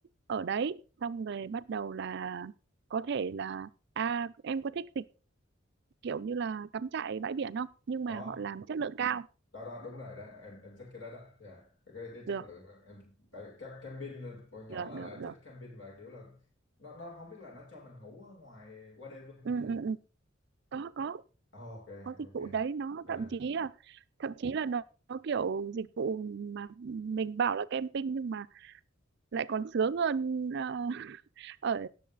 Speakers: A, on the right (about 60°); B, on the left (about 70°).
A: ở đấy xong rồi bắt đầu là có thể là à em có thích dịch kiểu như là cắm trại bãi biển không nhưng mà
B: có
A: họ làm chất lượng cao
B: đó đó đúng rồi đó em em thích cái đó đó yeah. cái cái cái chất
A: được
B: lượng em tại ca- camping còn nhỏ
A: được
B: là
A: được
B: lại
A: được
B: thích camping và kiểu là nó nó không biết là nó cho mình ngủ ở ngoài qua đêm luôn không
A: ừ,
B: chị hả
A: ừ, ừ. có có
B: Ờ, ok
A: có
B: ok
A: dịch vụ đấy nó
B: yeah.
A: thậm chí là thậm chí là nó, nó kiểu dịch vụ mà mình bảo là camping nhưng mà lại còn sướng hơn ờ, <laughs> ở